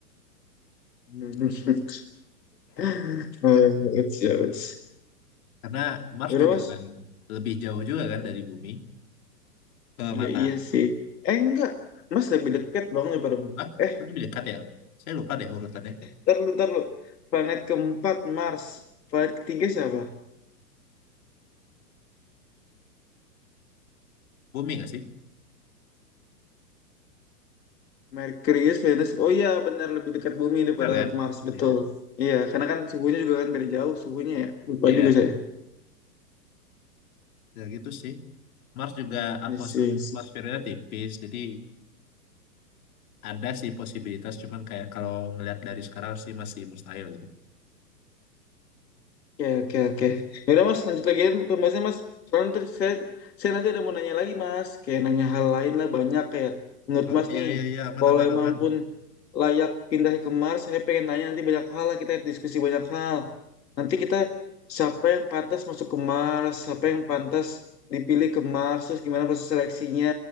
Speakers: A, on the left; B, on the left.
A: <laughs> Hmm. Oh, it's, it's.
B: Karena Mars
A: Yaudah,
B: juga
A: Mas.
B: lebih jauh juga kan dari bumi ke
A: Iya
B: matahari.
A: iya sih. Eh enggak, Mas lebih dekat dong daripada
B: Mars
A: eh
B: lebih dekat ya? Saya lupa deh urutannya.
A: ntar lu ntar lu. Planet keempat Mars, planet ketiga siapa?
B: Bumi nggak sih?
A: Merkurius, Venus. Oh iya benar lebih dekat bumi daripada
B: Benar kan?
A: Mars betul.
B: Iya.
A: Iya karena kan suhunya juga kan beda jauh suhunya ya. Lupa
B: Iya.
A: juga saya.
B: ya gitu sih Mars juga atmosfer
A: Iya
B: atmosfernya tipis jadi ada sih posibilitas cuman kayak kalau ngelihat dari sekarang sih masih mustahil gitu
A: Oke, oke, oke. Ya udah Mas, lanjut lagi pembahasannya Mas. Soalnya nanti saya, saya nanti ada mau nanya lagi Mas, kayak nanya hal lain lah banyak kayak menurut
B: oh
A: Mas
B: iya
A: nih,
B: iya iya aman
A: kalau
B: aman
A: emang
B: aman
A: pun layak pindah ke Mars, saya pengen nanya nanti banyak hal lah kita diskusi banyak hal. Nanti kita siapa yang pantas masuk ke Mars, siapa yang pantas dipilih ke Mars, terus gimana proses seleksinya,